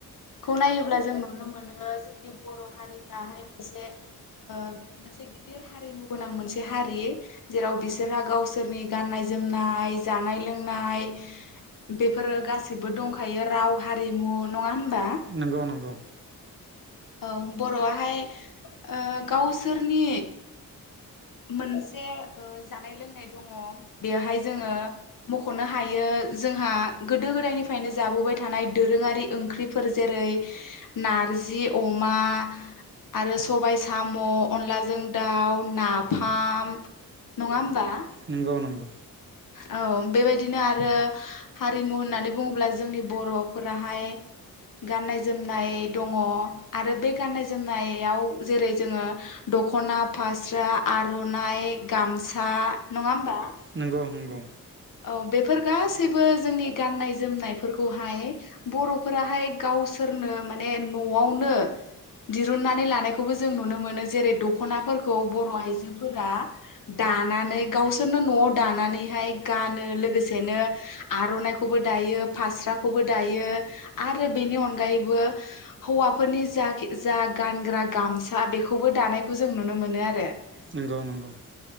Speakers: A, on the left; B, on the right.
A: <inaudible> खौ नायोब्ला जों नुनो मोनो जोंनि बर' हारिफ्राहाय मोनसे ओ मोनसे गिदिर हारिमु गोनां मोनसे हारि जेराव बिसोरहा गावसोरनि गाननाय जोमनाय, जानाय लोंनाय बेफोरो गासिबो दंखायो। राव हारिमु नङा होनबा?
B: नंगौ नंगौ।
A: औ बर'आहाय ओ गावसोरनि मोनसे ओ जानाय लोंनाय दङ' बेवहाय जोङो मख'नो हायो जोंहा गोदो गोदायनिफ्रायनो जाबोबाय थानाय दोरोङारि ओंख्रिफोर जेरै नारजि अमा आरो सबाइ साम' अनलाजों दाउ ना फाम नङा होमबा?
B: नंगौ नंगौ
A: औ बेबायदिनो आरो हारिमु होननानै बुङोब्ला जोंनि बर'फोराहाय गाननाय जोमनाय दङ आरो बे गाननाय जोमनायाव जेरै जोङो दख'ना, फास्रा, आर'नाइ, गामसा नङा होमबा?
B: नोंगौ नंगौ
A: औ बेफोर गासैबो जोंनि गाननाय जोमनायफोरखौहाय बर'फोराहाय गावसोरनो माने न'आवनो दिरुननानै लानायखौबो जों नुनो मोनो जेरै दख'नाफोरखौ बर' आइजोफोरा दानानै गावसोरनो न'आव दानानैहाय गानो लोगोसेनो आर'नाइखौबो दायो फास्राखौबो दायो आरो बेनि अनगायैबो हौवाफोरनि जा जा गानग्रा गामसा बेखौबो दानायखौ जों नुनो मोनो आरो
B: नोंगौ नोंगौ